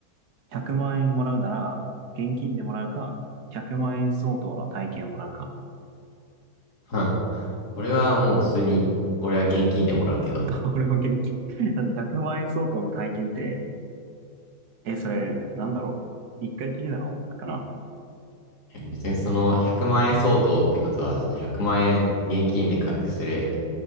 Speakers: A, on the right; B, on the left.
A: 100万円もらうなら、現金でもらうか、100万円相当の体験をもらうか。
B: はんこれはもう普通に、俺は現金でもらうけど。
A: <laughs> 俺も現金。<laughs> だって100万円相当の体験って、え、それ、なんだろう。一回きりなのかな。
B: 別にその100万円相当ってことは、その100万円現金で買ってそれ